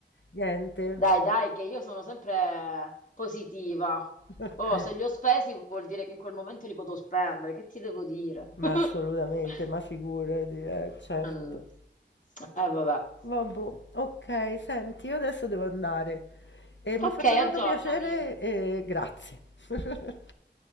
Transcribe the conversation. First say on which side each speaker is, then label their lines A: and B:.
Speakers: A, on the left; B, on the left.
A: niente.
B: Dai, dai, che io sono sempre positiva.
A: <laughs>
B: Oh, se li ho spesi vuol dire che in quel momento li potevo spendere. Che ti devo dire?
A: Ma
B: <laughs>
A: assolutamente, ma figurati, eh, certo.
B: Mm, Eh, vabbè.
A: Vabbò, ok, senti, io adesso devo andare. Eh, mi
B: Ok,
A: ha fatto
B: aggiornami.
A: tanto piacere e grazie. <laughs>